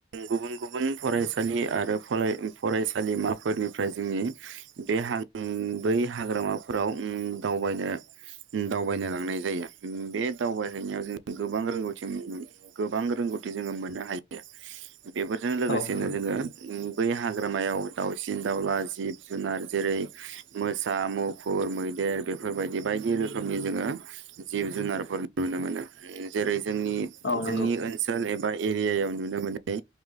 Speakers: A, on the right; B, on the left.
A: गुबुन-गुबुन फरायसालि आरो फराय फरायसालिमाफोरनिफ्राय जोंनि बे हा बै हाग्रामाफोराव ओम दावबायनो दावबायनो लांनाय जायो। बे दावबायहैनायाव जों गोबां रोंगौथि गोबां रोंगौथि जोङो मोननो हायो। बेफोरजों लोगोसेनो
B: औ नंगौ
A: जोङो बै हाग्रामायाव दावउसिन दाउला जिब जुनार जेरै मोसा मुफुर मैदेर बेफोरबायदि बायदि बे रोखोमनि जोङो जिब जुनारफोर नुनो मोनो ओम जेरै जोंनि-जोंनि
B: औ नंगौ
A: ओनसोल एबा एरियायाव नुनो मोनै